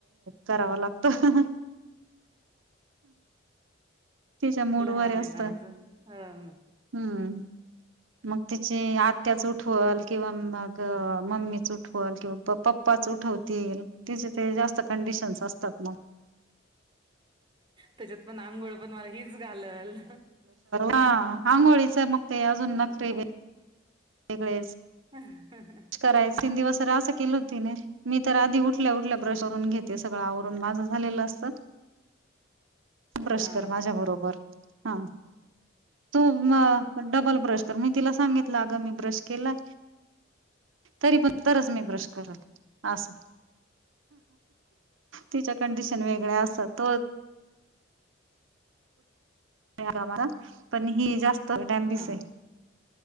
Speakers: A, on the right (about 75°); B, on the right (about 25°).
A: कराव लागतं. तिच्या मूडवर
B: लहान आहे
A: असतं
B: ना अजून, हो ना
A: हम्म, मग तिची आत्याच उठवल. किंवा मग मम्मीच उठवल किंवा प पप्पाच उठवतील. तिच ते जास्त कंडिशन्स असतात म
B: त्याच्यात पण आंघोळ पण मला हीच घालल.
A: ह आंघोळीच मग ते अजून
B: हा
A: नखरे वेगळेच
B: <unintelligible>
A: कराय तीन दिवस तर असं केलं तिने मी तर आधी उठल्या उठल्या ब्रश करून घेते, सगळं आवरून माझं झालेलं असतं. ब्रश
B: हा
A: कर माझ्या बरोबर हा तू डबल ब्रश कर मी तिला सांगितलं आग मी ब्रश केला, तरी पण तरच मी ब्रश करल. अस तिच्या कंडिशन वेगळ्या असतात हो. <unintelligible> पण ही जास्त डॅमबीस
B: हा
A: आहे.